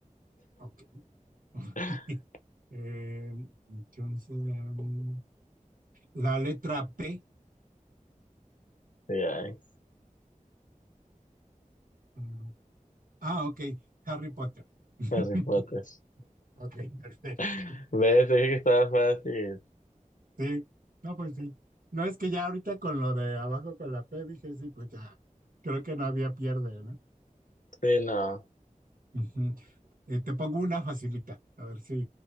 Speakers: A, on the right; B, on the left.
A: Ok. <laughs>
B: <laughs>
A: Eh, entonces, um, la letra P.
B: Sí, ay,
A: um, ah, ok. Harry Potter. <laughs>
B: Harry Potter.
A: Ok, perfecto.
B: <laughs> ¿Ves? Te dije que estaba fácil.
A: Sí. No, pues sí. No, es que ya ahorita con lo de abajo con la P dije, sí, pues ya. Creo que no había pierde, ¿no?
B: Sí, no.
A: Ujú. Eh, te pongo una facilita, a ver si,